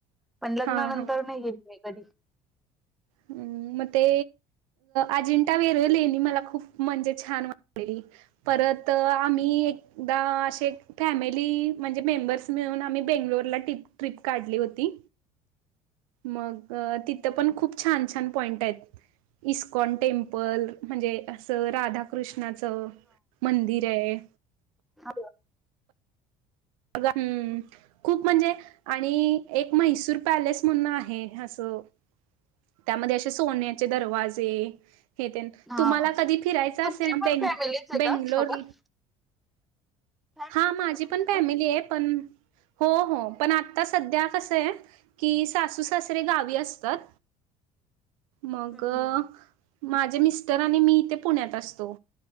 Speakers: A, in the centre; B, on the right.
A: पण लग्नानंतर
B: हा हा
A: नाही येल मी कधी ह
B: हम्म मग ते अजिंठा वेरले मला खूप म्हणजे छान वाट पर तरत आम्ही एकदा असे फॅमिली म्हणजे मेंबर्स मिळून आम्ही बेंगलोरला टिरपप काढली होती मग तिथं पण खूप छान छान पॉइंट आहेत इस्कॉन टेमपल म्हणजे असं राधाकृष्ण कृष्णाचं मंदिर आहे
A: अ
B: म् खूप म्हणजे आणि एक म्हैसूर पॅलेस म्हणून आहे असं त्यामध्ये असे सोने द
A: हा
B: तुम्हाला कधी फिराय
A: तुमची
B: असेल
A: पण
B: बेंगलोर
A: फॅमिलीच आहे का सोबत? फॅमिलीच
B: हा माझी
A: आहे का तुमची
B: पण पण हो पण आ सध्या असं आहे की सासू सासरे गावी असतात मग
A: हम्म.
B: माझे मिस्टर आणि मी तेे पुण्यात असतो